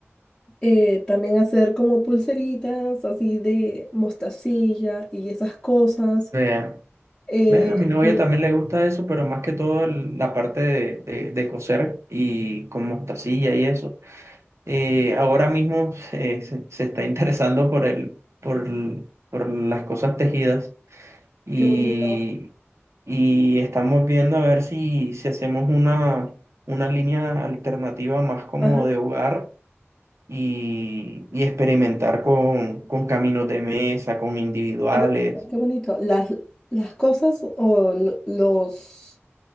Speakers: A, on the left; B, on the right.
A: eh, también hacer como pulseritas así de mostacilla y esas cosas.
B: Vea,
A: Eh,
B: vea, a mi novia
A: lo-
B: también le gusta eso, pero más que todo el- la parte de, de, de coser y con mostacilla y eso. Eh, ahora mismo eh, se, se está interesando por el, por el- por las cosas tejidas y,
A: qué bonito.
B: y estamos viendo a ver si, si hacemos una, una línea alternativa más como
A: Ajá.
B: de hogar y, y experimentar con, con caminos de mesa, con individuales.
A: Qué bonito, qué bonito. Las, las cosas o lo- los,